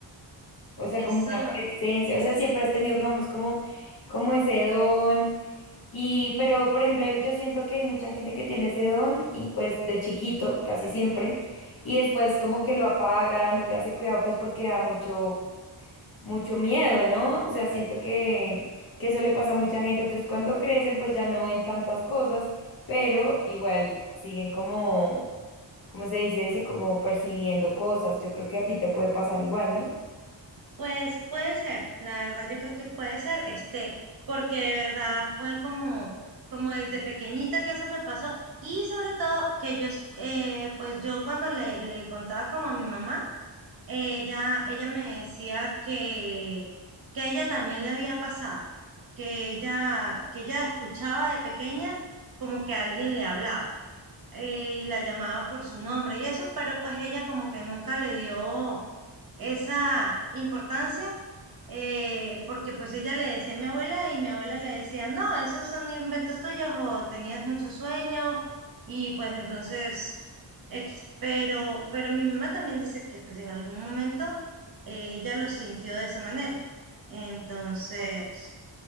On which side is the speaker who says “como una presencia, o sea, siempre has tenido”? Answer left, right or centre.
Left